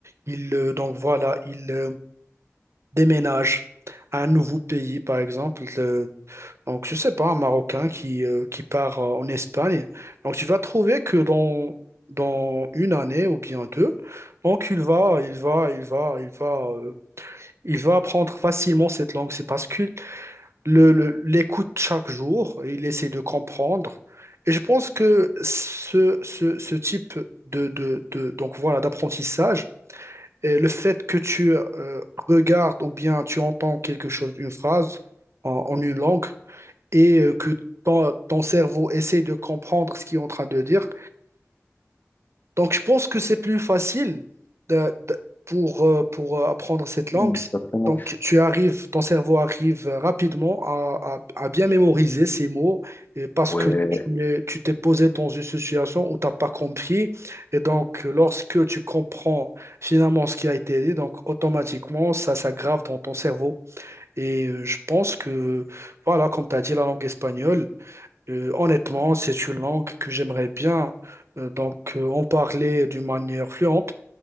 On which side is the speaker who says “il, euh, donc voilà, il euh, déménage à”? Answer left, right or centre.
Right